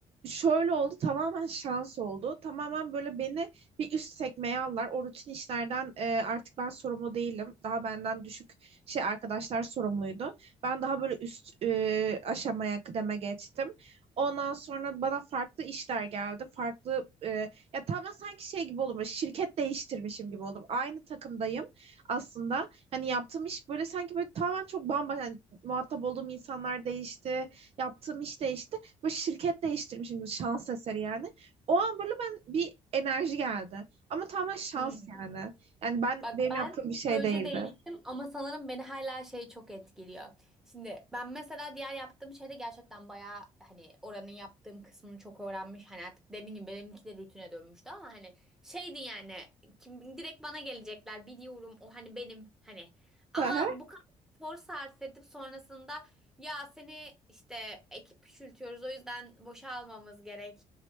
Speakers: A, on the right (about 55°); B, in the centre.
A: Şöyle oldu tamamen şans oldu. Tamamen böyle beni bir üst sekmeye aldılar. O rutin işlerden e, artık ben sorumlu değilim. Daha benden düşük şey arkadaşlar sorumluydu. Ben daha böyle üst e, aşamaya kıdeme geçtim. Ondan sonra bana farklı işler geldi. Farklı e, ya tamamen sanki şey gibi oldum. böyle Şirket değiştirmişim gibi oldum. Aynı takımdayım aslında. Hani yaptığım iş böyle sanki böyle tamamen çok bambaşka. yani muhatap olduğum insanlar değişti. Yaptığım iş değişti bu şirket değiştirmişim şans eseri yani. O an böyle ben bir enerji geldi. Ama tamamen şans
B: Hmm.
A: yani. Yani ben
B: Bak
A: benim
B: ben
A: yaptığım bir şey
B: proje
A: değildi.
B: değiştim ama sanırım beni hala şey çok etkiliyor. Şimdi ben mesela diğer yaptığım şeyde gerçekten bayağı hani oranın yaptığım kısmını çok öğrenmiş. Hani artık dediğim gibi benimki de rutine dönmüştü ama hani şeydi yani kim, direkt bana gelecekler biliyorum o hani benim hani. Ama
A: Hı hı.
B: bu kadar efor sarf edip sonrasında ya seni işte ekip küçültüyoruz o yüzden boşa almamız gerek.